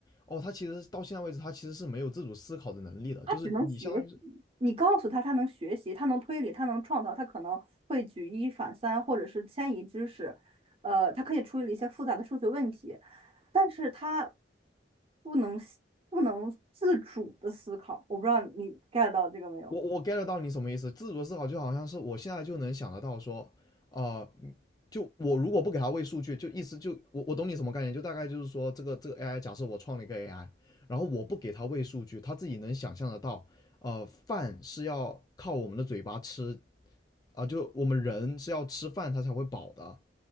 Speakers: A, on the left (about 20°); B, on the right (about 35°).
A: 哦，他其实到现在为止，他其实是没有自主思考的能力的。
B: 他只能学习，
A: 就是你相当于是，
B: 你告诉他，他能学习，他能推理，他能创造，他可能会举一反三，或者是迁移知识，呃，他可以处理一些复杂的数学问题，但是他不能不能自主的思考。我不知道你 get 到这个没有？
A: 我我 get 到你什么意思。自主思考就好像是我现在就能想得到说，啊、嗯就我如果不给他喂数据，就意思就我我懂你什么概念，就大概就是说这个这个 AI，假设我创了一个 AI，然后我不给他喂数据，他自己能想象得到，呃，饭是要靠我们的嘴巴吃，啊，就我们人是要吃饭他才会饱的，